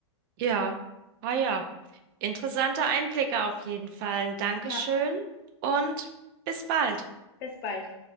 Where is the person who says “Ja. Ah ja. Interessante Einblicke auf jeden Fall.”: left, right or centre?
Right